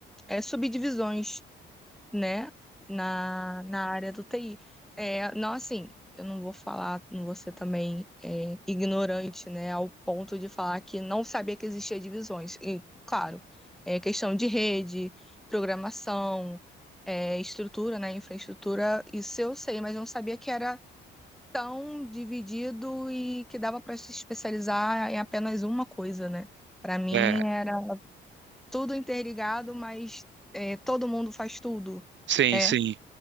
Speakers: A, in the centre; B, on the right.
A: é, subdivisões, né, na, na área do TI. É, não, assim, eu não vou falar, não vou ser também é, ignorante, né, ao ponto de falar que não sabia que existia divisões. E, claro, é questão de rede, programação, é, estrutura, né, infraestrutura, isso eu sei, mas eu não sabia que era tão dividido e que dava para se especializar em apenas uma coisa, né? Para mim
B: É,
A: era tudo interligado, mas é, todo mundo faz tudo.
B: sim,
A: É,
B: sim.